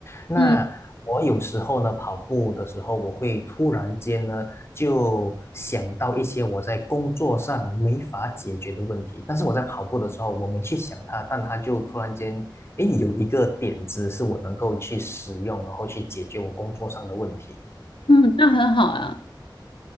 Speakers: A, on the left; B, on the left.
A: 那我有时候呢，
B: 嗯
A: 跑步的时候，我会突然间呢，就想到一些我在工作上没法解决的问题。但是我在跑步的时候，我没去想它，但它就突然间，诶，有一个点子是我能够去使用，然后去解决我工作上的问题。
B: 嗯那很好啊，